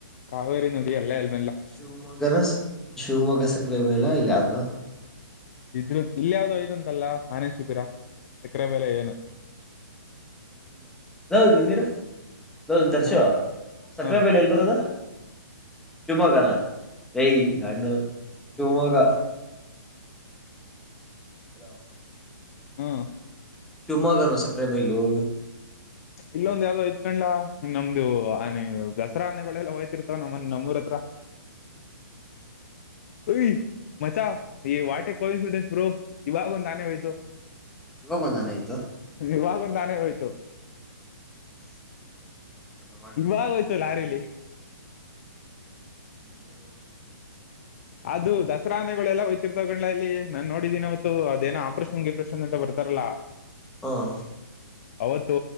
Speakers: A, on the left (about 45°); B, in the centre.
A: ಕಾವೇರಿ ನದಿ ಎಲ್ಎಲ್
B: ಶಿವಮೊಗ್ಗನ ಶಿವಮೊಗ್ಗ ಸಕ್ಕರೆ ಬೈಲು ಇಲ್ಲ ಯಾವುದು ಯಾವುದು
A: ಇದ್ರ ಇಲ್ಲ ಯಾವುದೋ ಇದೆ ಅಂತಲ್ಲ ಆನೆ ಶಿಬಿರ ಸಕ್ಕರೆ ಬೆಲೆ ಏನು
B: ಬತ್ತಿಲ್ಲ ಲೋ ಜಿಮ್ ಇರು ಲೋ ದರ್ಶನ್
A: ಹ
B: ಸಕ್ಕರೆ
A: ಹ
B: ಬೆಲೆ ಎಲ್ಲಿ ಬರೋದು ಶಿವಮೊಗ್ಗಾನ ಎ ಗಂಡು ಶಿವಮೊಗ್ಗ ಹಲೋ
A: ಹ್ಮ್
B: ಶಿವಮೊಗ್ಗನ ಸಕ್ಕರೆಬೈಲು
A: ಇಲ್ಲೊಂದ ಯಾವ್ದೋ ಆಯ್ತ್ ಕಣ್ಲಾ ನಮ್ದು ಆನೆ ದಸರಾನೆೆಗಳೆಲ್ಲ ಹೋಯ್ತಿರ್ತಾವ ನಮ್ಮನ್ ನಮ್ಮೂರ ಹತ್ರ ವೈ ಮಚಾ ಈ ವಾಟೆ
B: ಹ
A: ಕೋಇನ್ಸಿಡೆಂಟ್ ಬ್ರೋ ಇವಾಗ ಒಂದ್ ಆನೆ ಹೋಯ್ತು
B: ಇವಗೊಂದು ಆನೆ ಹೋಯಿತು
A: ಇವಾಗ ಒಂದ್ ಆನೆ ಹೋಯ್ತು
B: ಏನೋ ಮಾಡ
A: <inaudible> ಇವಾಗ ಆನೆ ಹೋಯಿತು ಲಾರಿಲಿ
B: ಬಿಡು ಹೋಗ್ಲಿ <unintelligible>
A: ಅದು ದಸರಾ ಆನೆಗಳೆಲ್ಲಾ ಹೋಗ್ತಾ ಇರ್ತಾವೆ ಕಂಡ್ಲ ಇಲ್ಲಿ ನಾನ್ ನೋಡಿದೀನಿ ಅವತ್ತು ಅದೇನೋ ಆಪ್ರೇಷನ್ ಗಿಪ್ರೇಷನ್ ಅಂತ ಬರ್ತೆ ತರ್ಲಾ
B: ಹ್ಮ್
A: ಅವತ್ತು